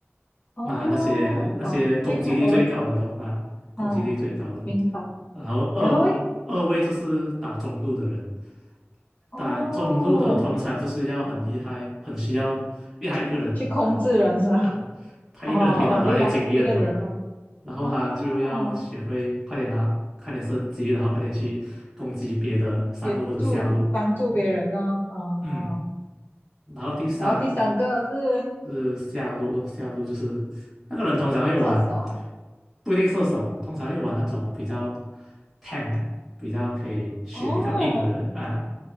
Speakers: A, on the left; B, in the centre.
A: 哦，
B: 那那些那些攻击力最高的咯啊，
A: 哇，对抗我们
B: 攻击力最高的。
A: 啊，明白。
B: 然后二二位就是打中路的人，
A: 然后诶，哦，
B: 打中路的通常就是要很厉害，很需要厉害一个人拿
A: 去控制人是吗？
B: 啊，他一个人可以拿到一些经验嘛，
A: 哦哦，对啊，一一个人嘛。
B: 然后他就要学会快点拿，
A: 哦，
B: 快点升级，然后快点去攻击别的上路或者下路。
A: 也助帮助别人呢、
B: 嗯，
A: 哦。哦，
B: 嗯，然后第三
A: 然后第三个是
B: 是下路咯下路就是那个人通常会玩，
A: 射手啊，
B: 不一定射手，通常会玩那种比较 tank 啊，比较可以血比较硬的人啊，
A: 哦，